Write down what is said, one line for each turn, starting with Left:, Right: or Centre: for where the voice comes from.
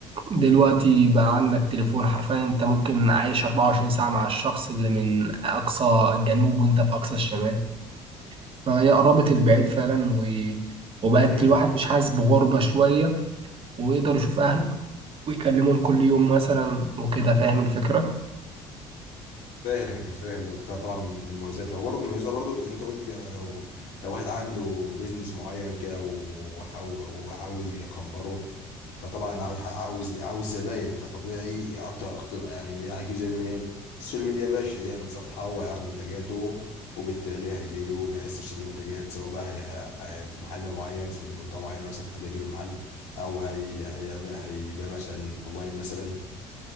Right: دلوقتي بقى عندك تليفون حرفيا انت ممكن عايش 24 ساعة مع الشخص اللي من اقصى الجنوب وانت في اقصى الشمال فهي قربت البعيد فعلا و... وبقت
Left: مم.
Right: الواحد مش حاسس بغربة شوية ويقدر يشوف اهله ويكلمهم كل يوم مثلا وكده فاهم الفكرة؟
Left: فاهم فاهم ده ده طبعا من مميزاتها وبرضه من مميزاتها برضه زي ما انت قلت كده لو لو واحد عنده بيزنس معين كده وحاو- وعاوز يكبره فطبعا عاوز عاوز عاوز زباين فطبيعي اكتر اكتر يعني هيجيب زباين منين؟ السوشيال ميديا يا باشا يعمل صفحة ويعرض منتجاته وبالتالي هيجيله ناس تشتري منتجات سواء بقى هي هي- في محل معين في منطقة معينة مثلا حد هيجيله محل أو هي هيعمل هيبيع مثلا أونلاين مثلا